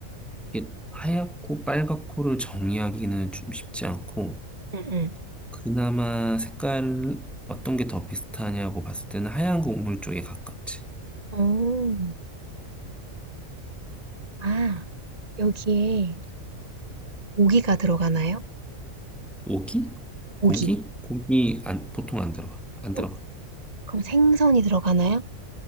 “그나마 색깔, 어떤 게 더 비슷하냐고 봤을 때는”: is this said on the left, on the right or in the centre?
Centre